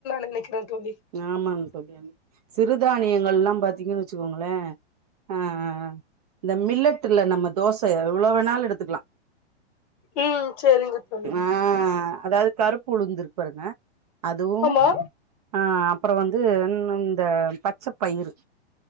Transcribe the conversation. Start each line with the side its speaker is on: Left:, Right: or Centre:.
Left: நெனைக்கிறே தோழி
Right: ஆமாம் தோழி சிறுதானியங்கள் எல்லாம் பாத்தீங்கன்னு வச்சுக்கோங்களேன் அஹ் இந்த மில்லட்டுல நம்ம தோச எவ்ளோ வேணாலும் எடுத்துக்கலா
Left: ம் சரிங்க தோழி
Right: ஆஹ அதாவது கருப் பொழுந்திருக் பருகுங்க அதுவும்
Left: ஆமா
Right: ஆஹ் அப்பறம் வந்து ன் ன்த பச்சை பயிறு